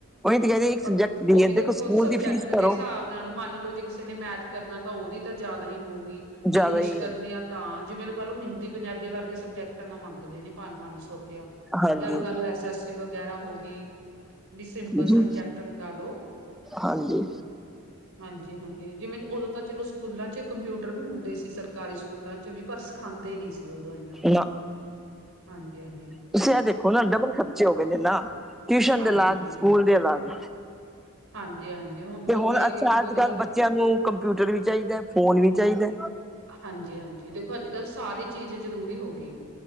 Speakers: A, in the centre; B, on the right.
A: ਉਹੀ ਤੇ ਕਹਿ ਰਹੀ ਇੱਕ ਸਬਜੈਕਟ
B: ਅਗਰ
A: ਦੀ
B: ਉਹ ਵੀ
A: ਹੈ
B: ਦੇਖੋ
A: ਸਕੂਲ
B: ਸਬਜੈਕਟ
A: ਦੀ ਫੀਸ ਭਰੋ
B: ਦੇ ਸਾਬ ਨਾਲ ਮੰਨ ਲਓ ਜੇ ਕਿਸੇ ਨੇ ਮੈਥ ਕਰਨਾ ਤਾਂ ਉਹਦੀ ਤਾਂ ਜ਼ਿਆਦਾ ਈ ਹੋਊਗੀ
A: ਜ਼ਿਆਦਾ
B: ਇੰਗਲਿਸ਼
A: ਹੀ
B: ਕਰਨੀ
A: ਹੈ
B: ਆ ਤਾਂ ਜਿਵੇਂ ਲਗਾ ਲਓ ਹਿੰਦੀ ਪੰਜਾਬੀ ਵਰਗੇ ਸਬਜੈਕਟਾਂ ਦਾ ਮੰਗਦੇ ਨੇ ਪੰਜ-ਪੰਜ ਸੌ ਰੁਪਇਆ।
A: ਹਾਂਜੀ
B: ਤੇ ਗਲ ਨੂੰ ਐਸ ਐਸਟੀ ਵਗੈਰਾ ਹੋਗੀ ਬੀ ਸਿੰਪਲ
A: ਜੀ
B: ਸਬਜੈਕਟ ਲਗਾ ਲਓ
A: ਹਾਂਜੀ
B: ਹਾਂਜੀ-ਹਾਂਜੀ ਜਿਵੇਂ ਉਦੋਂ ਤਾਂ ਚਲੋ ਸਕੂਲਾਂ ਚ ਕੰਪਿਊਟਰ ਵੀ ਹੁੰਦੇ ਸੀ ਸਰਕਾਰੀ ਸਕੂਲਾਂ ਚ ਵੀ ਪਰ ਸਖਾਂਦੇ ਨੀ ਸੀ ਉਦੋਂ ਇਨਾ
A: ਨਾਅ।
B: ਹਾਂਜੀ-ਹਾਂਜੀ।
A: ਤੁਸੀਂ ਇਹ ਦੇਖੋ ਨਾ ਡਬਲ ਖਰਚੇ ਹੋ ਗਏ ਨੇ ਨਾ ਟਿਊਸ਼ਨ
B: ਹਾਂਜੀ
A: ਦੇ ਲਗ
B: ਹਾਂਜੀ
A: ਸਕੂਲ ਦੇ ਅਲਗ।
B: ਹਾਂਜੀ-ਹਾਂਜੀ
A: ਤੇ ਹੁਣ
B: ਉਹੀ ਆ
A: ਅੱਛਾ
B: ਕਿ ਦੇਖੋ
A: ਅੱਜ
B: ਅਗਲਾ
A: ਕੱਲ੍ਹ ਬੱਚਿਆਂ ਨੂੰ ਕੰਪਿਊਟਰ ਵੀ ਚਾਈਦਾ ਫੋਨ ਵੀ ਚਾਈਦਾ
B: ਹਾਂਜੀ-ਹਾਂਜੀ ਦੇਖੋ ਅੱਜ ਕੱਲ੍ਹ ਸਾਰੀ ਚੀਜ਼ ਜ਼ਰੂਰੀ ਹੋ ਗੀ